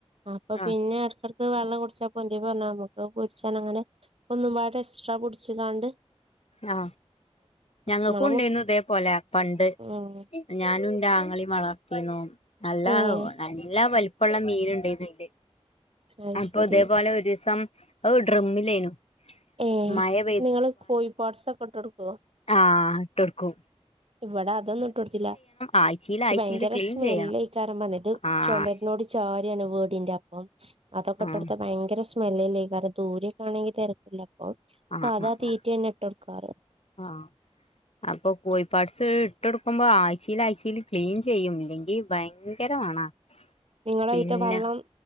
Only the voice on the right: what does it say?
അപ്പ
പിന്നെ എട് വള്ളം കുട്ച്ചാപ്പോ പൊന്തി പൊര്ന്നാ പൊര്ച്ചാ അങ്ങനെ ഒന്നുംപാട് എക്സ്ട്രാ പുട്ച്ച്ക്കാണ്ട്
നമ്മളെ മു
ഏഹ്
ഏഹ്
അത്
ശരി
ഏഹ്
നിങ്ങള് കോഴി പാട്സൊക്കെ ഇട്ട് കൊടുക്കുവോ?
ഇവിടെ അതൊന്നും ഇട്ട് കൊടുത്തില്ല
പക്ഷെ
ഭയങ്കര
സ്മെല്ലെക്കാരം
വന്നിത്
ചുമേരനോട് ചരിയാണ് വീടിന്റെ അപ്പം അതൊക്കെ
ഇട്ടടുത്ത് ഭയങ്കര സ് സ്മെല്ല്ലേക്കാരം ദൂരെക്കാണെങ്കി തിരക്കില്ല അപ്പ
സാധാ
തീറ്റ
തന്നെ ഇട്ട് കൊടുക്കാറ്
നിങ്ങളയ്ത്തെ
വെള്ളം